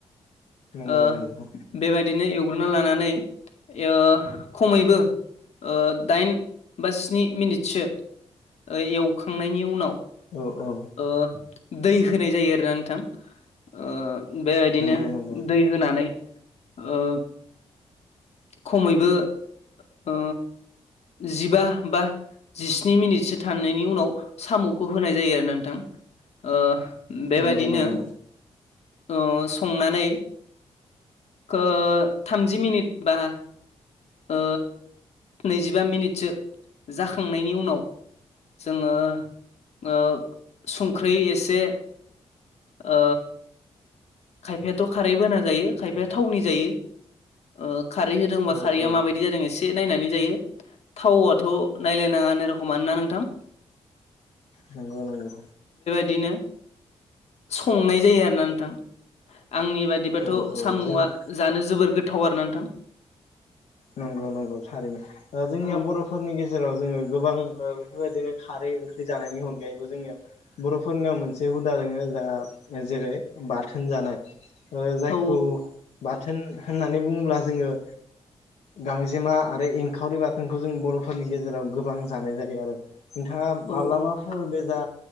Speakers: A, on the left; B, on the left.
A: नंगौ
B: अ
A: नंगौ
B: बेबायदिनो एवग्रोना लानानै अ खमैबो अ दाइन बा स्नि मिनिटसो अ एवखांनायनि उनाव
A: औव औव।
B: ओ दै होनाय जायो आरोना नोंथां। ओ बेबायदिनो
A: नंगौ नंगौ
B: दै होनानै ओ खमैबो ओ जिबा बा जिस्नि मिनिटसो थानायनायनि उनाव साम'खौ होनाय जायो आरो ना नोंथां। ओ बेबायदिनो
A: नंगौ नंगौ
B: ओ संनानै ओ थामजि मिनिट बा ओ नैजिबा मिनिटसो जाखांनायनि उनाव जोङो ओ संख्रै एसे ओ खायफायाथ' खारै बोना जायो खायफाया थावनि जायो। ओ खारै होदोंबा
A: औ
B: खारैआ
A: औ
B: माबायदि जादों एसे नायनानै जायो थाव आथ' नायलायनाङा रखम आनो ना नोंथां।
A: नंगौ नंगौ।
B: बिदिनो संनाय जायो आरोना नोंथां। आंनि बादिबाथ'
A: औ औ
B: साम'आ
A: जोंनि
B: जानो जोबोर गोथाव आरो ना नोंथां।
A: नंगौ नंगौ थारैनो ओ जोंनिया
B: औ
A: बर'फोरनि गेजेराव जोङो गोबां ओ बेफोरबायदिनो खारै ओंख्रि जानायनि अनगायैबो जोंनियाव बर'फोरनियाव मोनसे हुदा दोङो जा जेरै बाथोन जानाय ओ जायखौ
B: औ
A: बाथोन होननानै बुङोब्ला जोङो गांजेमा आरो एंखावरि बाथोनखौ जों बर'फोरनि गेजेराव गोबां जानाय जायो आरो। नोंथाङा
B: औ
A: माब्लाबाफोर
B: औ
A: बेजा